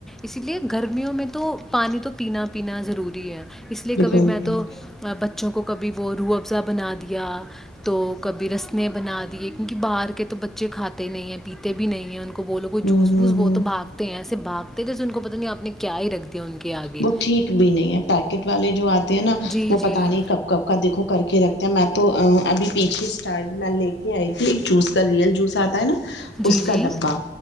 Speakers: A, in the centre; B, on the left (about 75°).
A: اسی لیے گرمیوں میں تو پانی تو پینا پینا ضروری ہے اس لیے
B: بالکل
A: کبھی میں
B: بالکل
A: تو بچ <unintelligible> کبھی وہ روح افزا بنا دیا یا تو کبھی رس نے بنا دی ہے کیونکہ باہر کے تو بچے کھاتے ہی نہیں ہیں پیتے بھی نہیں ہیں ان کو بولو کوئی
B: ہوں
A: جھس
B: ہوں
A: ووس وہ
B: ہوں
A: تو باگتے ہیں ایسے باگ تے تھے ان کو پتا نہیں آ نے کیا ہی رکھ دیا ان کے آگے
B: وہ ٹھیک بھی نہیں ہے پیکٹ والے جو آ نا
A: جی
B: وہ
A: جی
B: پتا نہیں کب کب کا دیکو کر کے رکھتے ہیں میں تو تو ابھی پیچھے اسٹارٹ میں لے آئی تھی ایک جوس کا ریئل جوس آتا ہے نا
A: جی
B: اس
A: جی
B: کا ڈبا